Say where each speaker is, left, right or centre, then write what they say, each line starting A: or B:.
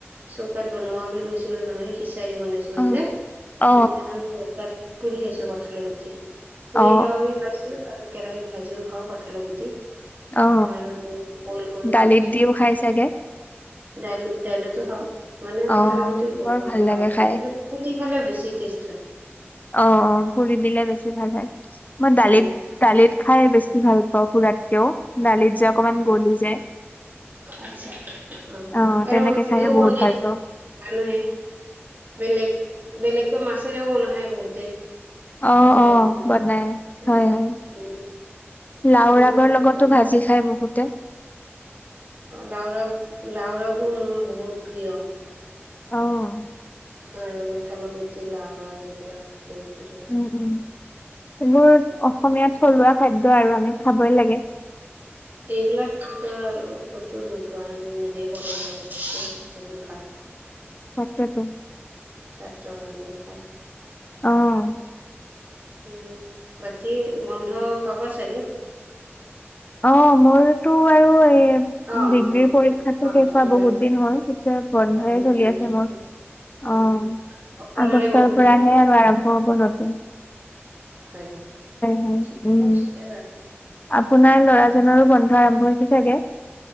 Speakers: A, on the right (about 45°); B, on the left (about 35°).
A: চৌকাত বনোৱা বুলি কৈছিলো নহয় সিচ াৰি বনাইছিলো
B: অ
A: যে
B: অ
A: সেইদিনাখন চৌকাত পুৰি খাইছো কঁঠালি গঠি পুৰি
B: অ
A: খা পাইছো আৰু কেৰাহিত ভাজিও খাওঁ কঁঠাল গুটি
B: অ
A: আৰু বইল কৰিও
B: দালিত
A: খাই পাইছো
B: দিও খাই চাগে
A: দাইল দাইলেতো হাও মানে
B: অ
A: কথা লোতেও বহুত
B: বৰ
A: প্ৰকাৰ
B: ভাল
A: খাব
B: লাগে
A: পাৰি
B: খাই
A: কিন্তু পুৰি খালে বেছি টেষ্ট হয়
B: অ অ পুৰি দিলে বেছি ভাল হয় মই দালিত
A: উম
B: দালিত খাই বেছি ভাল পাওঁ পুৰাতকেও দালিত যে অকমান গলি যায়
A: আছা অ
B: অ
A: আৰু
B: তেনেকে
A: মছৰি
B: খাইে
A: মানুহে
B: বহুত ভাল পাওঁ
A: বেলেগ বেলেগকৈ মাছেৰেও বন খায় বহুতে
B: অ
A: কঠালৰ
B: অ
A: গুটি।
B: বনাই
A: উম
B: হয় হয়
A: উম কঠালৰ
B: লাওৰাগৰ
A: গুটি
B: লগতো
A: ভাল
B: ভাজি খায় বহুতে
A: লাওৰাগ লাওৰাগো মোৰ বহুত প্ৰিয়
B: আহ
A: আৰু কথাাল পুতি লাও ৰাগ এইবিলাক বহুত প্ৰিয়
B: উম উম এইবোৰ অসমীয়া
A: সেনেকুৱা
B: থলুৱা খাদ্য আৰু আমি খাবই লাগে
A: এইবিলাক খাদ্য আৰু কতো নোপোৱা নিজে বনাই বহুত ভাল
B: সাকটোো
A: স্বাস্থ্যৰ কাৰণে ভাল
B: আহ
A: উম বাকী বন্ধ পাবা চাগে
B: অ মোৰতো আৰু এ
A: অ অ
B: ডিগ্ৰীৰ
A: অ
B: পৰীক্ষাতো
A: অ পাহৰিছিলোৱে
B: শেষ হোৱা বহুত দিন হ'ল। এতিয়া বন্ধয়ে
A: পাহৰিছিলোৱে
B: চলি আছে মোৰ।
A: উম
B: অ'হ।
A: সকলোৰে
B: আগষ্টৰ
A: বন্ধ
B: পৰাহে আৰু আৰম্ভ হ'ব নতুন।
A: হয়। হয়।
B: হয়
A: ঠিকে
B: উম
A: আছে বাৰু।
B: আপোনাৰ ল'ৰাজনৰো বন্ধ আৰম্ভ হৈছে চাগে?